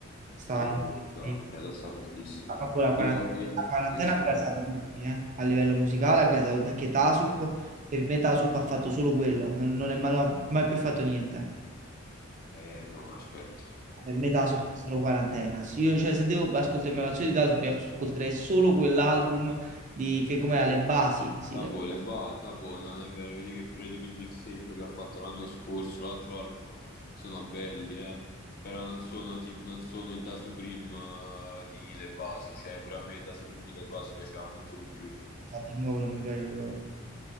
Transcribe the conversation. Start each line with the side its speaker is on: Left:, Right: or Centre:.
Right: sta
Left: No,
Right: in...
Left: bontà,
Right: in-
Left: è sta fortissimo.
Right: proprio la quarantena,
Left: Io, io,
Right: la quarantena
Left: io sto
Right: ha gasato
Left: ancora...
Right: tutti, eh. A livello musicale ha gasato, perché Tasup, per me Tasup ha fatto solo quello, non, non è mai, non ha mai più fatto niente.
Left: Eh, no, aspetta.
Right: Per me Tasup è solo quarantena. Io, cioè, se devo ascoltare una canzone di Tasup, io ascolterei solo quell'album di... che com'è? Le basi, sì,
Left: Vabbè,
Right: le-
Left: le ba- vabbè, no, non è vero, vedi che pure di quel mixtape che ha fatto l'anno scorso, l'altro album, sono belli, eh. Però non sono, tip- non sono il Da Supreme eh, di Le Basi, cioè pure a me il Da Supreme di Le Basi piaceva molto di più.
Right: infatti il nuovo non mi piace proprio.